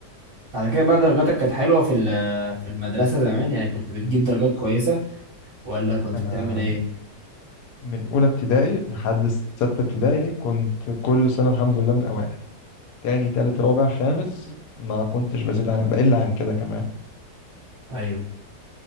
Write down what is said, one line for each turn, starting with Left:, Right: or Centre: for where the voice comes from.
Right: بعد كده بقى درجاتك كانت حلوة في ال- في المدرسة زمان يعني كنت بتجيب درجات كويسة ولا كنت
Left: انا
Right: بتعمل ايه؟
Left: من اولى ابتدائي لحد سته ابتدائي كنت كل سنه الحمد لله من الاوائل تاني تالت رابع خامس ما كنتش بزيد عن بقل عن كده كمان
Right: ايوه